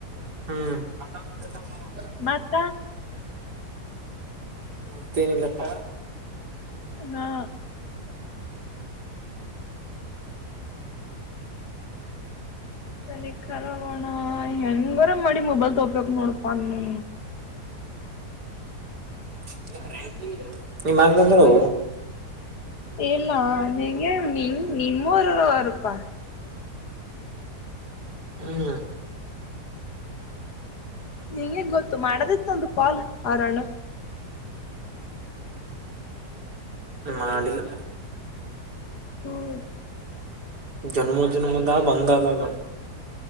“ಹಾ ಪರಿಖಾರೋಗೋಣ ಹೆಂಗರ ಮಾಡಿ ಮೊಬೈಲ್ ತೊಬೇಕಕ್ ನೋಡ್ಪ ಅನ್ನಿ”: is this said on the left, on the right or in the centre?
Left